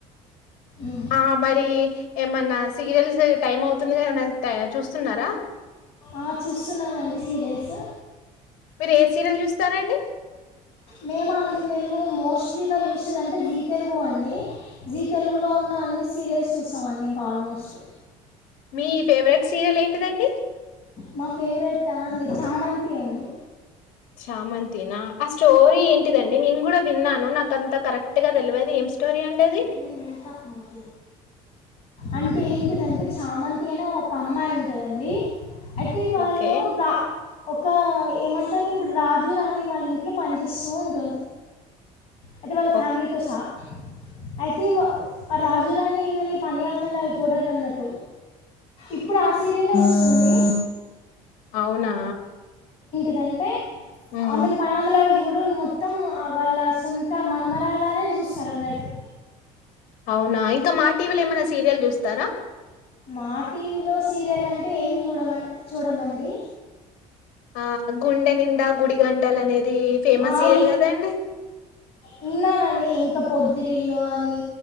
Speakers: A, on the left (about 45°); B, on the left (about 85°).
A: ఉమ్
B: ఆ బరి ఏమైన్నా సీరియల్స్ టైమ్ అవుతుంది ఏమన్నా చూస్తున్నారా
A: ఆ చూస్తున్నానండి సీరియల్స్
B: మీరు ఏ సీరియల్ చూస్తారాండి
A: మేము అండి మేము మోస్ట్లీగా యూస్ చేసిటే జీ తెలుగు అండి జీ తెలుగులో ఉన్న అన్ని సీరియల్స్ చూస్తామ అండి ఇంకా ఆల్మోస్ట్
B: మీ ఫేవరెట్ సీరియల్ ఏంటిదండి
A: మా ఫేవరెట్ అండి చామంతి అండి
B: చామంతినా ఆ స్టోరీ ఏంటిదండి నేను కూడా విన్నాను నాక అంత కరెక్ట్ గా తెలియదు ఏం స్టోరీ అండి అది
A: ఏ మంతంతప్ మాత అంటే ఏంటిదంటే చామంతి అనే ఒక అమ్మాయి ఉంటదండి అయితే వాళ్ళు
B: ఓకే
A: రా ఒక ఏమంటారు ఇప్పుడు రాజు రాణి వాళ్ళ ఇంట్లో పనిచేస్తూ ఉంటారు అతే వాళ్ళ
B: ఓకే
A: ఫ్యామిలీతో సహ అయితే రాజు రాని ఏమని పని ఆమెలా చూడరు అన్నట్టు ఇప్పుడు ఆ సీరియలే వస్తుంది
B: అవునా
A: అదంటే
B: హ్మ్.
A: అమెన్ పనయముల చూడం మత్త మొత్తం ఆ వాళ్ళ సొంత మనమరాలానే చూస్తారు అన్నట్టు
B: అవునా ఇంకా మా టీవీలో ఏమైనా సీరియల్ చూస్తారా
A: మా టీవీలో సీరియల్ అంటే ఏం చూడమ చూడమండి
B: ఆ గుండెని నిండా గుడి గంటలు అనేది ఫేమస్
A: ఆ
B: సీరియల్
A: ఈ
B: కదా అండి
A: విన్నానండి ఇంకా పొద్దిరిల్ళు అని